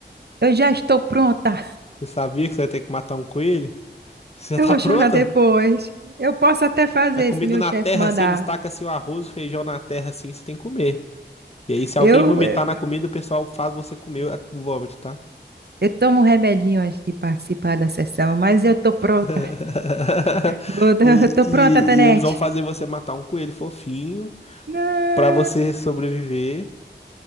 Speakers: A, on the right (about 60°); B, on the left (about 35°).
A: Eu já estou pronta.
B: Você sabia que você vai ter que matar um coelho? Você
A: Eu
B: já tá
A: vou
B: pronta?
A: chorar depois. Eu posso até fazer
B: Mas comida
A: se meu
B: na
A: chefe
B: terra,
A: mandar.
B: assim, eles tacam assim, o arroz o feijão na terra, assim, você tem que comer. E aí, se
A: Eu,
B: alguém vomitar
A: eu,
B: na comida, o pessoal faz você comer a- o vômito, tá?
A: tomo um remedinho antes de participar da sessão, mas eu tô pronta.
B: <laughs>
A: Eu tô
B: E,
A: eu tô
B: e,
A: pronta, Tanete.
B: e eles vão fazer você matar um coelho fofinho
A: Não,
B: pra você sobreviver.